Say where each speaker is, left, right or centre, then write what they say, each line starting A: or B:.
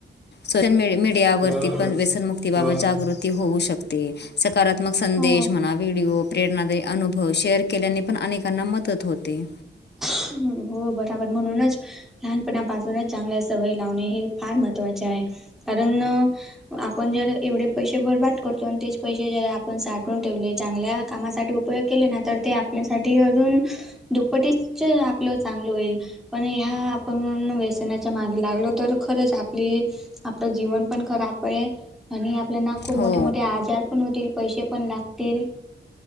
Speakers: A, on the left; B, in the centre.
A: सोशल मीडियावरती
B: ह
A: पण, व्यसनमुक्तीबाबत
B: ह
A: जागृत ती होऊ शकते. सकारात्मक संदेश
B: हो
A: म्हणा. व्हिडिओ प्रेरणादायी अनुभव शेअर केल्याने पण, अनेकांना मदत होते.
B: ह. हो बरोबर. म्हणूनच, लहानपणापासूनच चांगल्या सवय लावणे. हे फार महत्त्वा चे आहे. कारण, आपण जर एवढे पैसे बर्बाद करतो. अन् तेच पैसे ज आपण साठवून ठेवले. चांगल्या कामासाठी उपयोग केले ना. तर ते आपल्यासाठी अजून, दुप्पटी च आपलं चांगलं होईल. पण ह्या, आपण व्यसना त्याच्या मागे लागल. तर खरंच आपली, आपलं जीवन पण खराबय. आणि आपल्याना खूप मोठे
A: हो
B: - मोठे आजार पण होतील. पैसे पण लागतील.